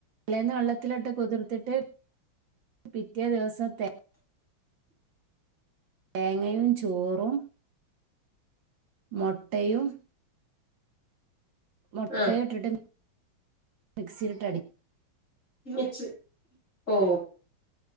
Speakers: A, on the right; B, on the left.
A: തലേന്ന് വെള്ളത്തിലിട്ട് കുതിർത്തിട്ട് പിറ്റേ ദിവസം തേ തേങ്ങയും ചോറും മൊട്ടയും മുട്ടയും
B: ആഹ്
A: ഇട്ടിട്ട് മിക്സിയിലിട്ട് അടി
B: മിച് ഓ